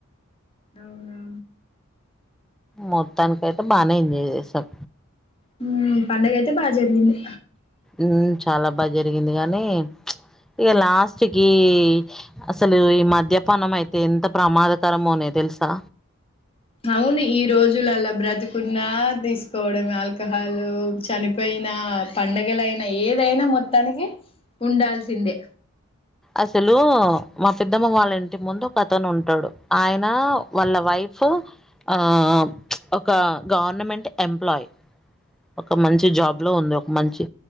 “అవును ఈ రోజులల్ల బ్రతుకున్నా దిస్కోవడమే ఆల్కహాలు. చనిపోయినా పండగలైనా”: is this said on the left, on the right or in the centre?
Left